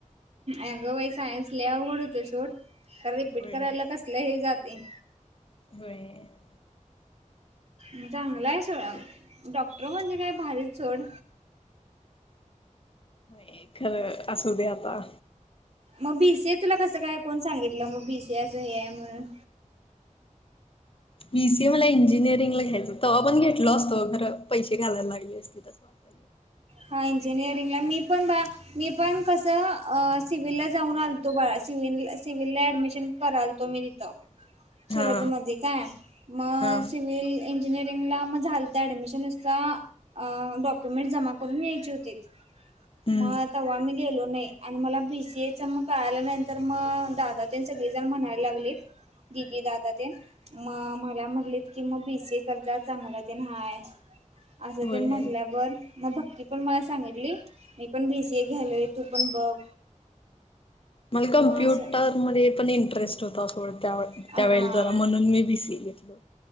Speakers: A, on the right (about 55°); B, on the left (about 45°).
A: अगं बाई सायन्स लई अवघड होतय सोड खरं रिपीट
B: होय
A: करायला कसलं हे जातंय.
B: होय.
A: म चांगल आहं सोयम डॉक्टर म्हणजे काय भारीच सोड.
B: होय खरं असूदे आता.
A: मग बी सी ए तुला कसं काय कोण सांगितलं मग बी सी असं हे आहे म्हणून?
B: बीसीए मला इंजिनिअरिंग ला घ्यायचं तव्हा पण घेतलो असतो खरं पैसे घालायला लागले असते. तिथंच वाटालंय.
A: हा इंजिरींगला मी पण बा मी पण कसं सिव्हिलला जाऊन आलतो बाळा सिव्हल सिव्हिलला ऍडमिशन करा होतो मी तिथ
B: हा
A: शरद मधी काय मग
B: हा
A: सिव्हील, इंजिनिअरिंगला मग झालत ऍडमिशन नुसता डॉक्युमेंट् जमा, करून यायची होतीत
B: हम्म
A: म अ तव्हा मी गेलो नाही. आणि मला बीसीए च मग कळाल्या नंतर मग दादा तेण सगळीजण म्हणायला लागलीत, दिदी दादा तेण. मग मला म्हटलेत की मग बीसीए तेण करजा चांगलं ते हाय. असं
B: होय.
A: ते म्हंटल्यावर, म भक्ती पण मला सांगितली मी पण बीसीए घ्यायलोय तू पण बघ.
B: मला कम्प्युटरमध्ये
A: मग असं
B: पण इंटरेस्ट होता सोडं त्या
A: हां
B: त्यावेळे जरा म्हणून मी बीसी घेतलो